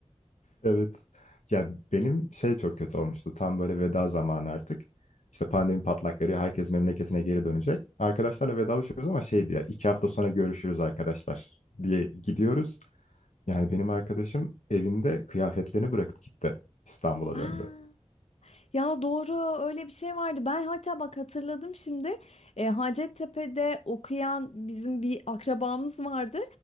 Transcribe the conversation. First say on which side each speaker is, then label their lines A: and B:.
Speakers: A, on the left; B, on the left.
A: Evet. Ya benim şey çok kötü olmuştu. Tam böyle veda zamanı artık. İşte pandemi patlak veriyor. Herkes memleketine geri dönecek. Arkadaşlarla vedalaşıyoruz ama şey diye iki hafta sonra görüşürüz arkadaşlar diye gidiyoruz. Yani benim arkadaşım evinde kıyafetlerini bırakıp gitti. İstanbul'a
B: Aa.
A: döndü.
B: Ya doğru öyle bir şey vardı. Ben hatta bak hatırladım şimdi. E, Hacettepe'de okuyan bizim bir akrabamız vardı.